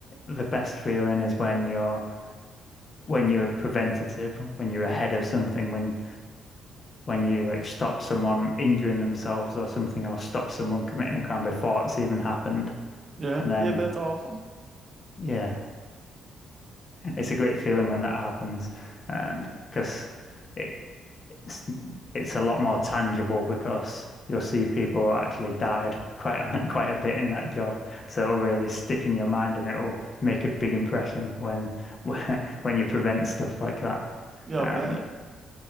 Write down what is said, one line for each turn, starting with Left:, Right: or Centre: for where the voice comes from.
Left: the best feeling is when you're when you're preventative, when you're ahead of something, when when you like stop someone injuring themselves or something, or stop someone committing a crime before it's even happened.
Right: Yeah,
Left: And then,
Right: yeah, that's awesome.
Left: yeah, it's a great feeling when that happens, and because it it's it's a lot more tangible because you'll see people who actually died quite a, <laughs> quite a bit in that job. So it'll really stick in your mind and it'll make a big impression when <laughs> when you prevent stuff like that.
Right: Yeah,
Left: And
Right: I bet.